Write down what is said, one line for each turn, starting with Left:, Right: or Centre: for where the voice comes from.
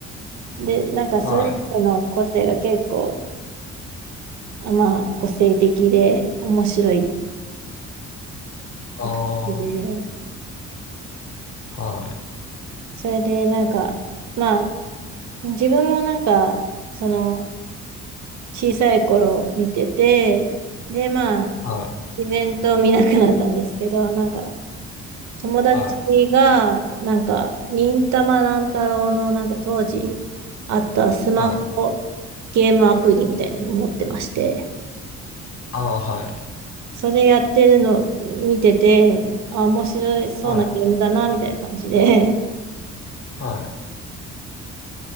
Right: <laughs> で、なんかそれぞれの個性が結構、
Left: はい。
Right: あまあ、個性的で面白いっ
Left: ああ、
Right: て感じで、
Left: はい。
Right: それでなんか、まあ、自分もなんか、その、小さい頃見てて、で、まあ、
Left: はい。
Right: 自然と見なくなったんですけど、なんか、友達が、
Left: はい。
Right: なんか、忍たま乱太郎の、なんか当時あったスマホゲームアプリみたいなの持ってまして、
Left: はい。ああ、はい。
Right: それやってるの見てて、あ、面白そうなゲームだな、
Left: はい。
Right: みたいな感じで、
Left: はい。